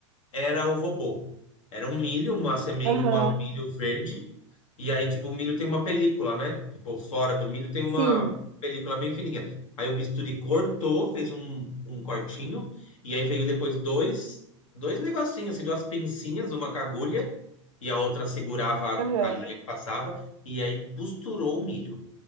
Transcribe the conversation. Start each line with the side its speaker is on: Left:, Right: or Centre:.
Left: era o robô. Era um milho, uma semente,
Right: Aham,
Left: uma, um milho verde, e aí, tipo, o milho tem uma película, né? Tipo, fora do milho tem uma
Right: sim,
Left: película bem fininha. Aí o bisturi cortou, fez um, um cortinho, e aí veio depois dois, dois negocinhos, assim, duas pincinhas, uma com agulha, e a outra segurava
Right: aham.
Left: a, a linha que passava, e aí costurou o milho.